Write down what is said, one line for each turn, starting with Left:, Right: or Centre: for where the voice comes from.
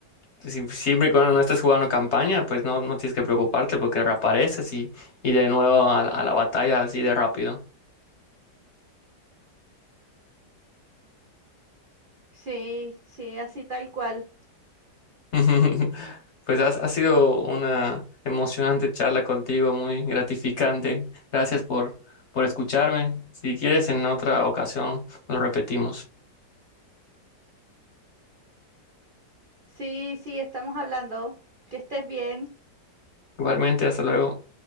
Left: si- siempre y cuando no estés jugando campaña, pues no, no tienes que preocuparte porque reapareces y, y de nuevo a, a la batalla así de rápido.
Right: Sí, sí, así tal cual.
Left: <laughs> Pues has- ha sido una emocionante charla contigo, muy gratificante. Gracias por, por escucharme. Si quieres, en otra ocasión lo repetimos.
Right: Sí, sí, estamos hablando. Que estés bien.
Left: Igualmente, hasta luego.